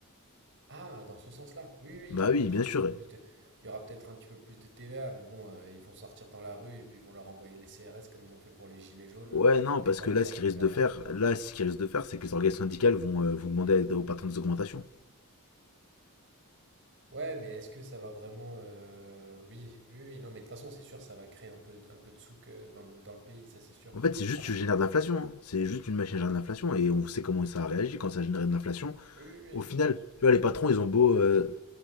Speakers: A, on the right; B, on the left.
A: Ah, dans ce sens-là. Oui, oui, oui, il
B: Bah
A: y aura
B: oui,
A: peut-être
B: bien
A: un petit
B: sûr.
A: peu plus de, il y aura peut-être un petit peu plus de TVA, mais bon, euh, ils vont sortir dans la rue et puis ils vont leur envoyer les CRS comme ils ont fait pour les gilets jaunes,
B: Ouais,
A: euh, ils
B: non,
A: vont éborgner
B: parce que là,
A: à
B: ce
A: toute
B: qu'ils risquent
A: berzingue.
B: de faire, là, ce qu'ils risquent de faire, c'est que les organisations syndicales vont, euh, vont demander aux patrons des augmentations.
A: Ouais, mais est-ce que ça va vraiment, euh, oui, oui, oui, non, mais de toute façon, c'est sûr, ça va créer un peu, un peu de souk euh, dans le, dans le pays, ça c'est sûr.
B: En fait, c'est juste
A: Ah,
B: tu génères de l'inflation. hein. C'est juste une machine à générer de l'inflation et on sait comment ça a réagi quand ça a généré de l'inflation.
A: oui, oui, oui,
B: Au final,
A: ouais,
B: tu vois, les patrons, ils ont beau euh,